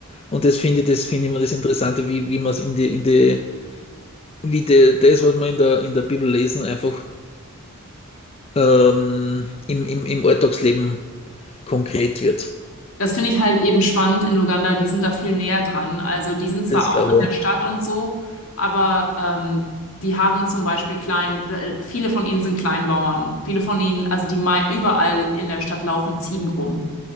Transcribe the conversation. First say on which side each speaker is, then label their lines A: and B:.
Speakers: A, on the left; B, on the left.
A: und das finde ich, das finde ich immer das Interessante, wie, wie man es in die, in die, wie die, das, was wir in der, in der Bibel lesen, einfach ähm, im, im, im Alltagsleben konkret wird.
B: Das finde ich halt eben spannend in Uganda, die sind da viel näher dran. Also die sind zwar
A: Das glaube
B: auch in
A: ich.
B: der Stadt und so, aber ähm, die haben zum Beispiel klein, äh, viele von ihnen sind Kleinbauern, viele von ihnen, also die mei- überall in der Stadt laufen Ziegen rum.